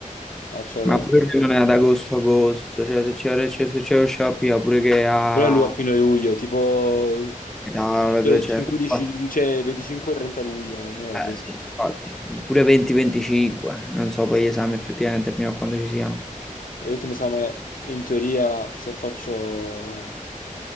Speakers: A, on the left (about 85°); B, in the centre.
A: Acerrosso.
B: Ma pure che non è ad agosto, agosto, cioè se c'è cioè, se c'è lo shopping, pure che a...
A: Quello è lui a fine luglio, tipo
B: da-
A: 5,
B: cioè, per
A: 15,
B: qua-
A: cioè 25-30 luglio, per me va
B: eh,
A: bene.
B: sì, infatti. Pure 20-25, non so poi gli esami effettivamente fino a quando ci siano.
A: E l'ultimo esame, in teoria, se faccio,